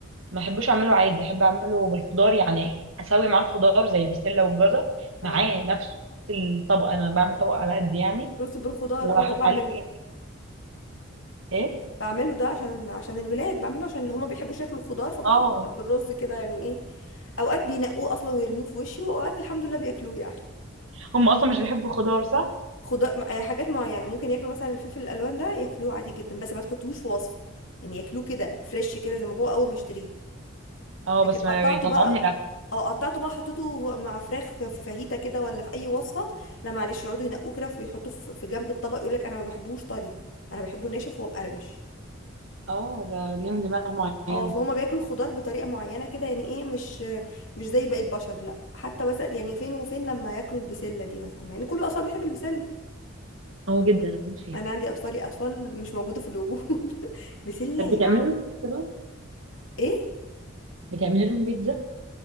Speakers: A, on the right; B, on the left.
A: ما احبوش اعمله عادي احب اعمله بالخضار يعني اسوي معاه الخضار زي البسله والجزر
B: اه
A: معاه نفسه في الطبق انا بعمل طبق على قد يعني
B: رز بالخضار
A: واحط
B: اه ده بعمله
A: عليه كده ايه
B: بعمله ده عشان عشان الولاد بعمله عشان هما بيحبوش ياكلوا خضار فبحطه
A: اه
B: بالرز كده يعني ايه اوقات بينقوه اصلا ويرموه في وشي واوقات الحمد لله بياكلوه يعني
A: هم اصلا مش بيحبوا الخضار صح
B: خضار آه، حاجات معينه ممكن ياكلوا مثلا الفلفل الالوان ده ياكلوه عادي جدا بس ما تحطوش في وصفه يعني ياكلوه كده فريش كده زي ما هو اول ما اشتريه
A: اه
B: لكن
A: بس ما
B: قطعته
A: بيطلعوه
B: بقى
A: من الاكل
B: اه قطعته بقى حطيته مع فراخ في فاهيتا كده ولا في اي وصفه لا معلش يقعدوا ينقوه كده ويحطوه في في جنب الطبق يقول لك انا ما بحبوش طري انا بحبه ناشف وهو مقرمش
A: اه ده ليهم دماغ معينه
B: اه فهم بياكلوا الخضار بطريقه معينه كده يعني ايه مش مش زي باقي البشر لا حتى مثلا يعني فين وفين لما ياكلوا البسله دي مثلا مع ان كل الاطفال بتحب البسله
A: اه جدا انا بموت فيها
B: انا عندي اطفالي اطفال مش موجوده في الوجود <laughs> بسله
A: طب
B: يعني
A: بتعملي لهم بيتزا بقى
B: ايه
A: بتعملي لهم بيتزا